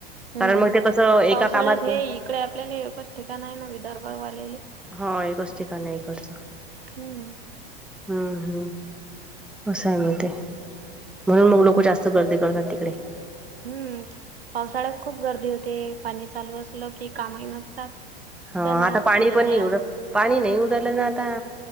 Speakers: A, on the right (about 85°); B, in the centre.
A: हम्म
B: कारण मग ते कसं एका
A: पावसाळ्यात
B: कामात
A: हे इकडे आपल्याला एच ठिकाण आहे ना विदर्भ वालेले
B: हा एकच ठिकाण एककडचं
A: हम्म
B: हम्म हम्म असंय मिळते म्हणून मग लोक जास्त गर्दी करतात तिकडे
A: हम्म पावसाळ्यात खूप गर्दी होते पाणी चालू असलं की कामही नसतात
B: हा
A: चला
B: आता पाणी
A: फिरण्या
B: पण नाही उड पाणी नाही उडलं ना आता